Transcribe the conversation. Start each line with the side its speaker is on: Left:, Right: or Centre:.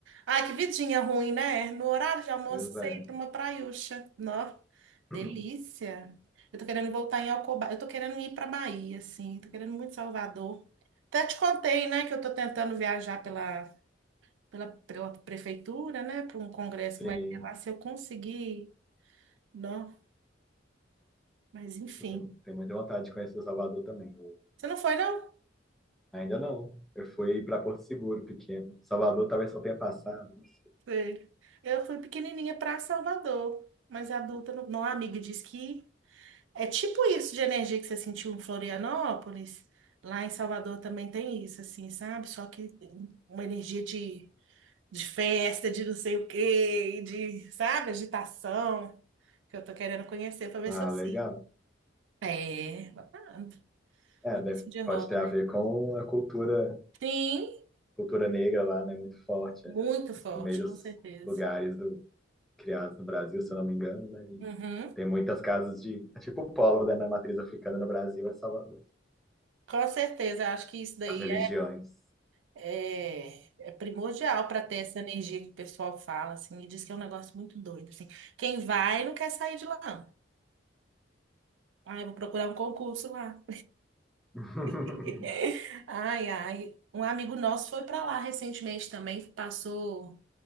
Right: Ai, que vidinha ruim, né? No horário de almoço,
Centre: Pois
Right: você
Centre: é.
Right: ir para uma praiúcha. Nossa,
Centre: <clears throat>
Right: delícia. Eu tô querendo voltar em Alcoba. Eu tô querendo ir para Bahia, assim. Tô querendo muito Salvador. Até te contei, né, que eu tô tentando viajar pela, pela, pela prefeitura, né, para um congresso
Centre: Sim,
Right: que vai ter lá. Se eu conseguir, não. Mas, enfim.
Centre: você tem muita vontade de conhecer Salvador também. Eu-
Right: Você não foi, não?
Centre: ainda não. Eu fui para Porto Seguro, pequeno. Salvador talvez só tenha passado. não sei.
Right: Foi. Eu fui pequenininha para Salvador. Mas adulta, não. Não, a amiga disse que É tipo isso de energia que você sentiu em Florianópolis. Lá em Salvador também tem isso, assim, sabe? Só que uma energia de, de festa, de não sei o quê, de, sabe, agitação, que eu tô querendo conhecer pra ver
Centre: Ah,
Right: se eu sinto.
Centre: legal.
Right: É, babado.
Centre: É,
Right: Vamos
Centre: deve,
Right: ver se um dia
Centre: pode
Right: rola,
Centre: ter a
Right: né?
Centre: ver com a cultura
Right: Sim,
Centre: cultura negra lá, né, muito forte,
Right: muito
Centre: é um
Right: forte,
Centre: dos primeiros
Right: com certeza.
Centre: lugares do, criados no Brasil, se eu não me engano, né, e
Right: Uhum,
Centre: tem muitas casas de, é tipo o polo, né, na matriz africana no Brasil é Salvador,
Right: com certeza, eu acho que isso daí
Centre: as religiões.
Right: É, é primordial para ter essa energia que o pessoal fala, assim, e diz que é um negócio muito doido, assim. Quem vai não quer sair de lá, não. Ai, vou procurar um concurso lá.
Centre: <laughs>
Right: <laughs> Ai, ai. Um amigo nosso foi para lá recentemente também, passou,